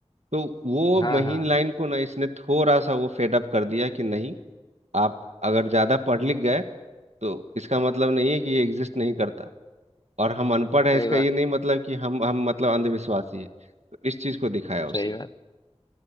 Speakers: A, on the right; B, on the left.
A: तो वो
B: हाँ
A: महीन
B: हाँ
A: लाइन को ना इसने थोड़ा सा वो फेड अप कर दिया कि नहीं आप अगर ज्यादा पढ़ लिख गए तो इसका मतलब नहीं है कि ये एग्जिस्ट नहीं करता और हम अनपढ़ हैं
B: सही
A: इसका
B: बात
A: ये नहीं
B: है
A: मतलब कि हम हम मतलब अंधविश्वासी हैं तो इस चीज को दिखाया उसने
B: सही बात